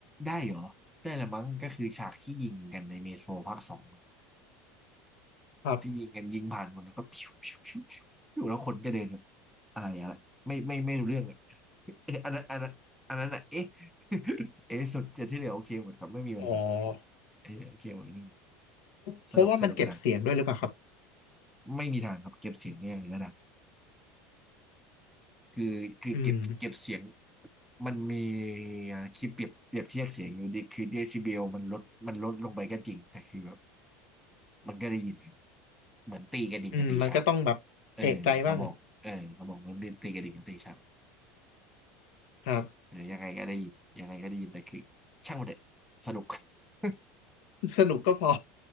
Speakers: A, in the centre; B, on the left (about 75°).
A: ได้เหรอได้ละมั้งก็คือฉากที่ยิงกันในเมโทรภาคสอง
B: <laughs> ครับ
A: ที่ยิงกันยิงผ่านคนแล้วก็พิวพิวพิวพิวพิวแล้วคนก็เดินแบบอะไรอะไรไม่ไม่ไม่รู้เรื่องอะ <laughs> เอะอันนั้นอันนั้นอันนั้นอ่ะเอ๊ะ <laughs> เอ๊ะสุดแต่ที่เหลือโอเคหมดครับไม่มีปัญหา
B: อ๋อ
A: เอ๊ะโอเคหมดไม่มีปัญหาสนุกสนุกกระดัง
B: เพราะว่ามันเก็บเสียงด้วยหรือเปล่าครับ
A: ไม่มีทางครับเก็บเสียงเนี่ยกระดังคือคือเก็บเก็บเสียง
B: อืม
A: มันมีอ่าคิดเปรียบเปรียบเทียบเสียงอยู่ดีคือเดซิเบลมันลดมันลดลงไปก็จริงแต่คือแบบมันก็ได้ยินเหมือนตีกระดิ่งกับตีชาบ
B: อืมมันก็ต้องแบบเอะใจบ้าง
A: เออเขาบอกเออเขาบอกมันเป็นตีกระดิ่งกับตีชาบ
B: ครับ
A: เออยังไงก็ได้ยินยังไงก็ได้ยิน แต่คือช่างมันเถอะสนุก <laughs>
B: <laughs> สนุกก็พอ